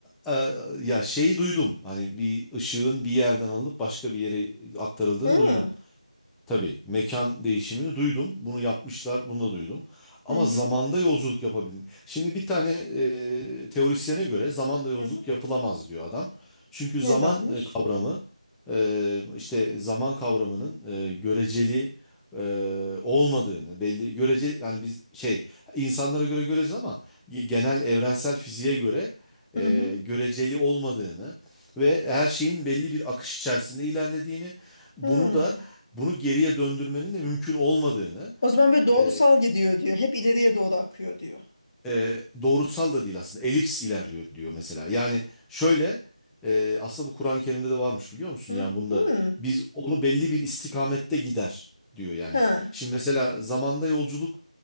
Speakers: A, in the centre; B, on the left (about 30°).
A: e, ya şeyi duydum. Hani bir ışığın bir yerden alınıp başka bir yere aktarıldığını
B: Hı
A: duydum.
B: hı
A: Tabii mekan değişimini duydum. Bunu yapmışlar, bunu da duydum. Ama
B: hı
A: zamanda yolculuk yapabilme. Şimdi bir tane e, teorisyene göre zamanda yolculuk
B: hı. hı.
A: yapılamaz diyor adam. Çünkü
B: Nedenmiş?
A: zaman e, kavramı e, işte zaman kavramının e, göreceli e, olmadığını belli göreceli yani biz şey insanlara göre göreceli ama genel evrensel fiziğe göre e,
B: Hı hı.
A: göreceli olmadığını ve her şeyin belli bir akış içerisinde ilerlediğini bunu
B: Hı.
A: da bunu geriye döndürmenin de mümkün olmadığını
B: O zaman böyle doğrusal
A: e,
B: gidiyor diyor. Hep ileriye doğru akıyor diyor.
A: e, doğrusal da değil aslında elips ilerliyor diyor mesela. Yani şöyle e, aslında bu Kur'an-ı Kerim'de de varmış biliyor musun?
B: Hı
A: Yani bunda
B: hı.
A: biz onu belli bir istikamette gider diyor yani.
B: Ha.
A: Şimdi mesela zamanda yolculuk